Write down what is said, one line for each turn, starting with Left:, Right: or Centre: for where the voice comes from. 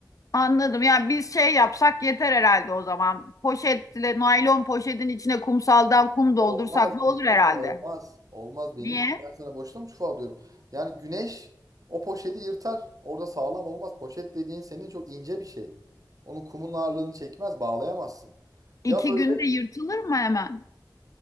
Left: Anladım. Yani biz şey yapsak yeter herhalde o zaman. Poşetle, naylon poşetin içine kumsaldan kum
Right: Olmaz
Left: doldursak ne
Right: Bengiciğim
Left: olur herhalde.
Right: olmaz. Olmaz Bengiciğim.
Left: Niye?
Right: Ben sana boşuna mı çuval diyorum. Yani güneş o poşeti yırtar. Orada sağlam olmaz. Poşet dediğin senin çok ince bir şey. Onun kumun ağırlığını çekmez, bağlayamazsın.
Left: İki
Right: Ya böyle
Left: günde yırtılır mı hemen?